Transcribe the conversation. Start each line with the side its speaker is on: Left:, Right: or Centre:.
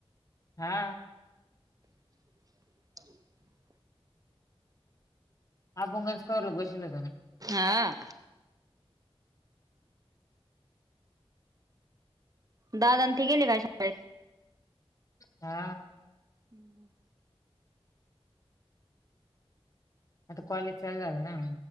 Left: हा
Right: <inaudible>
Left: अ बोंगनज करला बशल हो त्या
Right: हा दादा आणि ती गेली काय शाळेत
Left: हा
Right: हम्
Left: मता कवालेज चलल ना